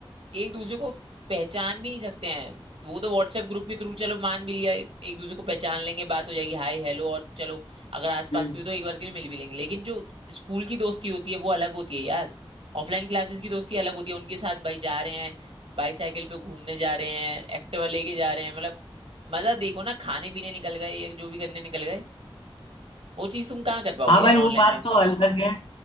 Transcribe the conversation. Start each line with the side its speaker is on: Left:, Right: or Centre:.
Right: एक दूसरे को पहचान भी नहीं सकते हैं वो तो व्हाट्सएप ग्रुप के थ्रू चलो मान भी लिया एक दूसरे को पहचान लेंगे बात हो जाएगी हाय हेलो और चलो अगर आसपास
Left: हम्म।
Right: कोई तो एक बार के लिए मिल भी लेंगे लेकिन जो स्कूल की दोस्ती होती है वो अलग होती है यार ऑफलाइन क्लासेस की दोस्ती अलग होती है उनके साथ भाई जा रहे हैं बाईसाइकिल पे घूमने जा रहे हैं एक्टिवा लेके जा रहे हैं मतलब मजा देखो ना खाने पीने निकल गए या जो भी करने निकल गए वो चीज तुम कहाँ कर पाओगे
Left: हाँ भाई
Right: यार
Left: वो
Right: ऑनलाइन
Left: बात
Right: में
Left: तो अलग है